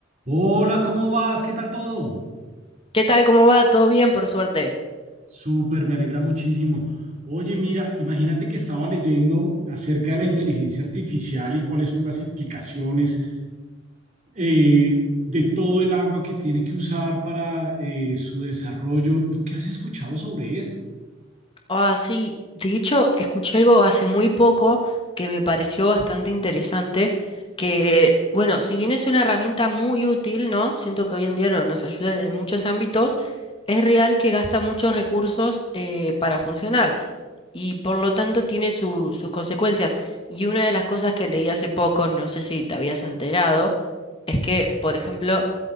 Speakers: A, on the right; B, on the left.
A: Hola, ¿cómo vas? ¿Qué tal todo?
B: ¿Qué tal? ¿Cómo va? ¿Todo bien, por suerte?
A: Súper, me alegra muchísimo. Oye, mira, imagínate que estaba leyendo acerca de la inteligencia artificial y cuáles son las implicaciones eh, de todo el agua que tiene que usar para eh, su desarrollo. ¿Tú qué has escuchado sobre esto?
B: Ah, sí. De hecho, escuché algo hace muy poco que me pareció bastante interesante, que, bueno, si bien es una herramienta muy útil, ¿no? Siento que hoy en día no- nos ayuda en en muchos ámbitos, es real que gasta muchos recursos eh, para funcionar y por lo tanto tiene su- sus consecuencias. Y una de las cosas que leí hace poco, no sé si te habías enterado, es que, por ejemplo,